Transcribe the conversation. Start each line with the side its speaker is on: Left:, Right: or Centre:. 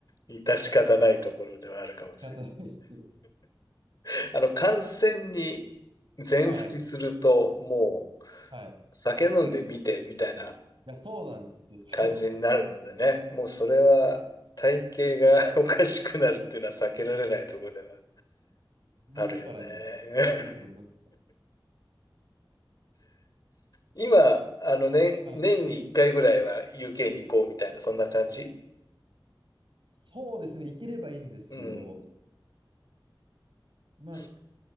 Left: 致し方ないところではあるかもし
Right: 仕方ないですけど。
Left: れない。あの、観戦に全振りすると、
Right: はい。
Left: もう、
Right: はい。い
Left: 酒飲んで見てみたいな
Right: や、そうなんですよ。
Left: 感じになるのでね、もうそれは体型が <laughs> おかしくなるっていうのは避けられないところでは
Right: <laughs> 見るっぱらに、
Left: あるよね。
Right: どこになって
Left: 今、あのね、
Right: はい。
Left: 年に1回ぐらいは UK に行こうみたいな、そんな感じ
Right: そうですね、行ければいいんですけど、
Left: うん。
Right: まあ、
Left: す